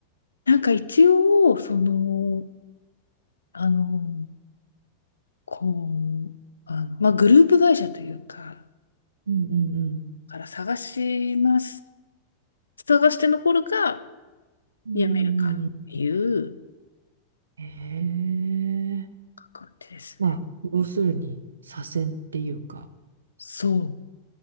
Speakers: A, on the left; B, on the right.
A: なんか一応、その、あの、こう、あの、まあ、グループ会社というか、
B: うんうんうん。
A: から探します。探して残るか、
B: うんう
A: やめるかっていう
B: んうん。へえ。
A: 感じですね。
B: まあ、要するに、左遷っていうか、
A: そう。